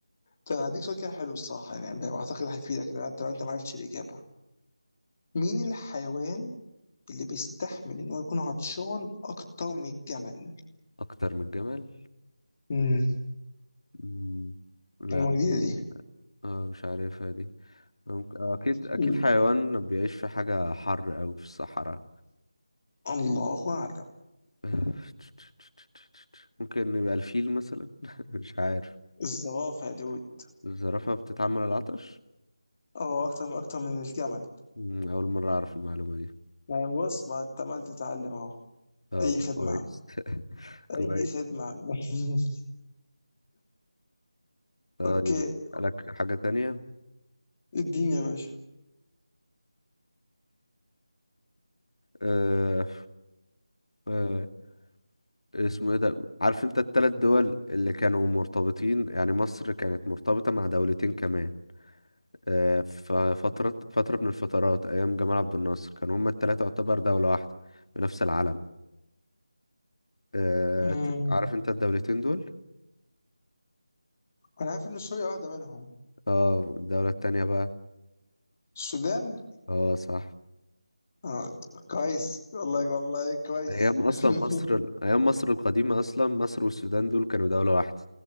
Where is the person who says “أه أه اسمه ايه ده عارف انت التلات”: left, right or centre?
Left